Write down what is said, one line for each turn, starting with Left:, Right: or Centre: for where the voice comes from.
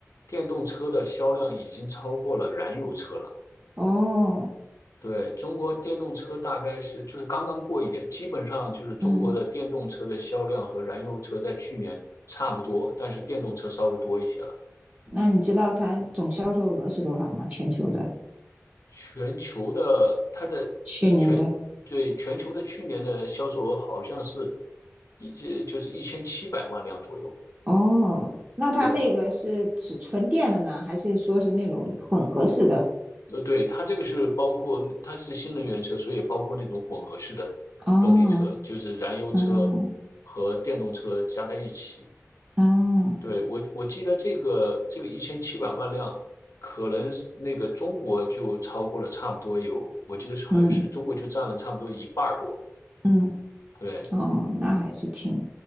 Left: 电动车的销量已经超过了燃油车了。
Right: 哦，
Left: 对，中国电动车大概是就是刚刚过一点，基本上就是中国的电动车的销量和燃油车在去年差不多，
Right: 嗯，
Left: 但是电动车稍微多一些了。
Right: 那你知道它总销售额是多少吗？全球的，
Left: 全球的它的全对全球的去年的销售额好像是
Right: 去年的。
Left: 一就是一千七百万辆左右。
Right: 哦，那它那个是指纯电的呢，
Left: 对，
Right: 还是说是那种混合式的？
Left: 呃，对，它这个是包括它是新能源车，所以包括那种混合式的动力车，
Right: 哦，
Left: 就是燃油车和电动车加在一起。
Right: 嗯，哦，
Left: 对，我我记得这个这个一千七百万辆，可能是那个中国就超过了差不多有，我记得是好像是中国就占了差不多一半儿多。
Right: 嗯嗯，
Left: 对
Right: 哦，那还是挺